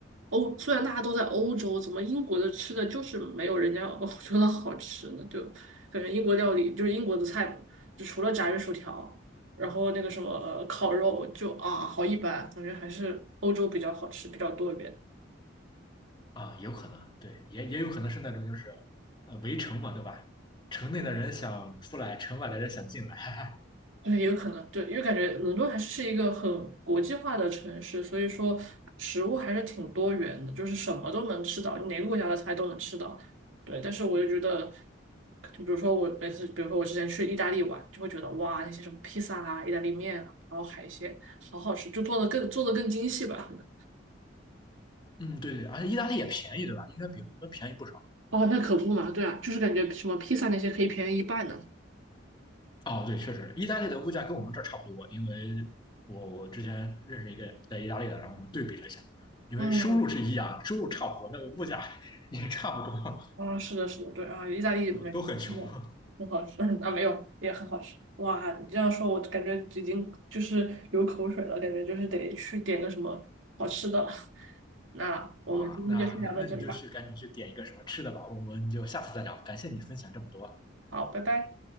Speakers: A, on the right (about 85°); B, on the left (about 25°).
A: 欧，虽然大家都在欧洲，怎么英国的吃的就是没有人家欧洲的好吃呢？就感觉英国料理就是英国的菜嘛，就除了炸鱼薯条，然后那个什么呃烤肉，就啊好一般，感觉还是欧洲比较好吃，比较多一点。
B: 啊，有可能，对，也也有可能是那种就是呃围城嘛，对吧？城内的人想出来，城外的人想进来。<laughs>
A: 嗯，也有可能，对，因为感觉伦敦还是一个很国际化的城市，所以说食物还是挺多元的，就是什么都能吃到，你哪个国家的菜都能吃到。对，但是我就觉得，就比如说我每次，比如说我之前去意大利玩，就会觉得哇，那些什么披萨啊、意大利面啊，然后海鲜，好好吃，就做的更做的更精细吧，可能。
B: 嗯，对对，而且意大利也便宜，对吧？应该比伦敦便宜不少。
A: 哦，那可不嘛，对啊，就是感觉什么披萨那些可以便宜一半呢。
B: 哦，对，确实，意大利的物价跟我们这儿差不多，因为我我之前认识一个在意大利的，然后我们对比了一下，因为收入是一样，
A: 嗯。
B: 收入差不多，那个物价 <laughs> 也差不多。
A: 嗯，是的，是的，对啊，意大利美食真的
B: 对，都很穷。<laughs>
A: 很好吃 <laughs> 啊，没有也很好吃。哇，你这样说，我感觉已经就是流口水了，感觉就是得去点个什么好吃的了。<laughs> 那我们今天就先聊到这里吧，
B: 哇，那那那你就去赶紧去点一个什么吃的吧，我们就下次再聊。感谢你分享这么多。
A: 好，拜拜。